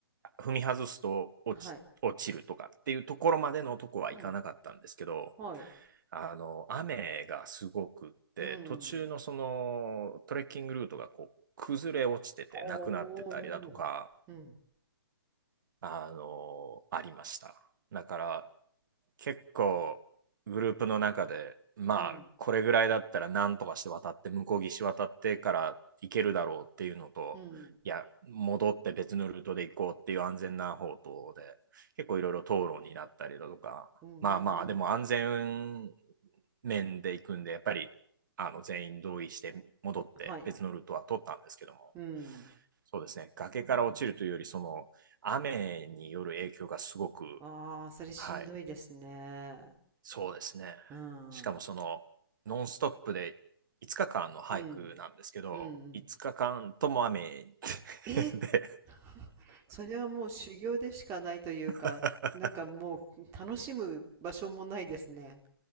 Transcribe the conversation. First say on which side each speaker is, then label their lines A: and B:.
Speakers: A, on the right (about 55°); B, on the right (about 20°).
A: 踏み外すと落ち、
B: はい。
A: 落ちるとかっていうところまでのとこは行かなかったんですけど、
B: うん。はい。
A: あの、雨がすごくって、
B: うん。
A: 途中のそのトレッキングルートがこう崩れ落ちててなくなってたりだとか、
B: おお。うん。
A: あの、ありました。だから、結構、グループの中で、まあ、
B: うん。
A: これぐらいだったら、なんとかして渡って、向こう岸渡ってから行けるだろうっていうのと、
B: うん。
A: いや、戻って別のルートで行こうっていう安全な方とで、結構いろいろ討論になったりだとか、
B: うんうんうん。
A: まあまあ、でも安全面で行くんで、やっぱり、あの全員同意して戻って別のルートは取ったんですけども、
B: はい。うん。
A: そうですね。崖から落ちるというより、その雨による影響がすごく、
B: ああ、それしんどいですね。
A: はい、そうですね。
B: うん。
A: しかもそのノンストップで5日間のハイクなんですけど、
B: うん。うんうんうん
A: 5日間とも雨 <laughs>
B: え
A: で、
B: <laughs> それはもう修行でしかないというか、
A: <laughs>
B: なんかもう楽しむ場所もないですね。